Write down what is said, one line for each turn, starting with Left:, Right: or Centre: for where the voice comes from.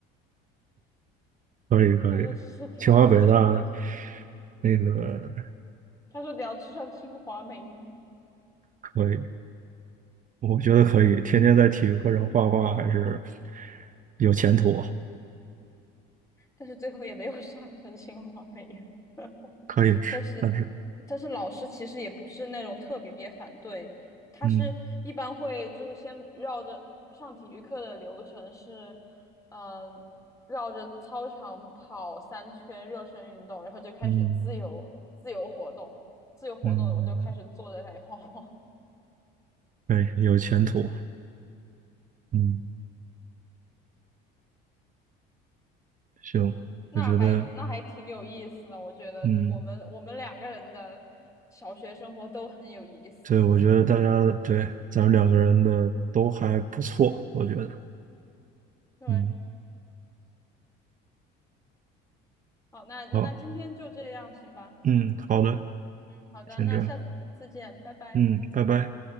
Right: 可以可以，
Left: <laughs> 他也只是调侃而已。
Right: 清华北大那个
Left: 他说你要去上清华美院，
Right: 可以，我觉得可以，天天在体育课上画画还是有前途啊，
Left: 但是最后也没有上成清华美院。<laughs>
Right: 可以吃，
Left: 但是，
Right: 但是
Left: 但是老师其实也不是那种特别反对，他是一般会就是先绕着上体育课的流程是，
Right: 嗯
Left: 呃，绕着操场跑三圈热身运动，然后就开始自由自由活动，
Right: 嗯
Left: 自由活动我就开始坐在那里晃晃，
Right: 嗯，可以有前途，嗯，行，
Left: <laughs> 那还那还挺有意思的，
Right: 我觉得
Left: 我觉得我们我们两个人的小学生活都很有意思。
Right: 嗯，对，我觉得大家对咱们两个人的都还不错，我觉得。
Left: 对，
Right: 嗯。
Left: 好，那那今天就这样，
Right: 好，
Left: 行吧。
Right: 嗯，好的，
Left: 好的，
Right: 先这样，
Left: 那下次见，拜拜。
Right: 嗯，拜拜。